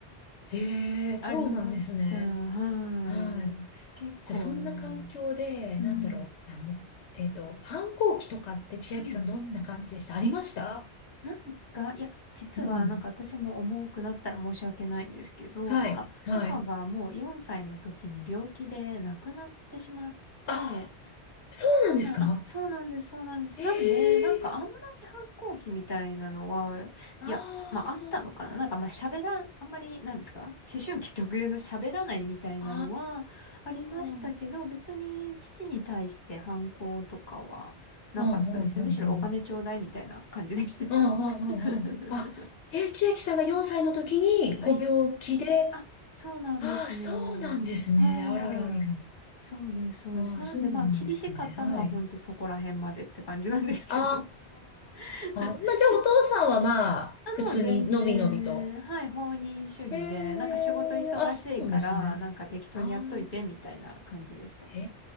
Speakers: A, on the left; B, on the left.
A: へえ、そうなんですね。
B: ありました。はい。
A: はい。
B: 結構、
A: じゃあ、そんな環境で、
B: あのうん。
A: なんだろう、あの、えっと、反抗期とかって千秋さんどんな感じでしたありました
B: うん。なんか、いや、実はなんか私も重くなったら申し訳ないんですけど、
A: うん。はい、
B: なんか母がもう4歳の時に病気で亡くなってしまって、
A: はい。あ、そうなんですか
B: そうなん、あ、そうなんです、そうなんです。
A: へえ、
B: なんで、なんかあんまり反抗期みたいなのは、
A: あ
B: いや、まああったのかな。なんかまあ喋らん、あんまり、なんですか思春期特有の喋らないみたいなのはありましたけど、
A: あ、ああ、うん
B: 別に父に対して反抗とかはなかったですね。
A: うんうんうん。
B: むしろお金ちょうだいみたいな感じでした。
A: うんうんうんうん。
B: <laughs>
A: あ、え、千秋さんが4歳の時にご病気で、
B: はい。あ、そうなんですよ。
A: ああ、そうなんですね。
B: は
A: あらららら。
B: ーい。そうです、そうです。
A: ああ、
B: なんで、
A: そうなんですね。
B: まあ、厳しかったのは、
A: はい。
B: ほんとそこら辺までって感じなんですけど。
A: あ
B: <laughs>
A: あ、まあ、じゃあお父さんはまあ、
B: あ、
A: 普通にのびのびと。
B: もう全然、はい、放任主義で、
A: へえ、
B: なんか仕事忙しいから、
A: あ、そうなんですね。
B: なんか適当にやっといて、
A: ああ、
B: みたいな感じでした。
A: へ